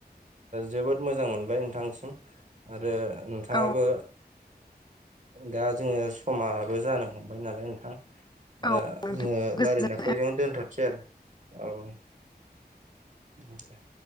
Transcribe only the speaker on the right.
जोबोद मोजां मोनबाय नोंथांसिम आरो नोंथाङाबो
दा जोङो समाबो जानो हमबाय नालाय नोंथां
दा
जोङो रायल्लायनाय
खौ जों दोनथनोसै आरो औ